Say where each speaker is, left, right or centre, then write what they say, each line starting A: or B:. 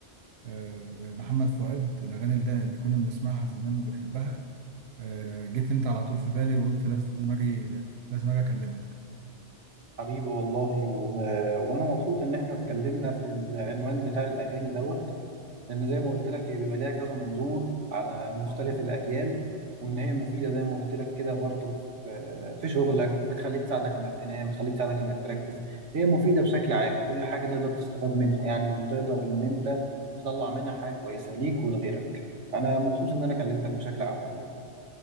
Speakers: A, on the right (about 65°); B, on the right (about 80°).
A: آه، محمد فؤاد الاغاني اللي اللي كنا بنسمعها زمان وبنحبها آه، جيت انت على طول في بالي وقلت لازم اجي لازم اجي اكلمك
B: حبيبي والله و... وانا مبسوط ان احنا اتكلمنا في العنوان بتاع الاغاني دوت لان زي ما قلت لك هي بيبقى ليها كذا منظور على مختلف الاجيال وان هي مفيدة زي ما قلت لك كده برضه في في شغلك بتخليك تساعدك انك تنام بتخليك تساعدك انك تركز هي مفيدة بشكل عام كل حاجة تقدر تستفاد منها يعني وتقدر ان انت تطلع منها حاجة كويسة ليك ولغيرك انا مبسوط ان انا كلمتك بشكل عام والله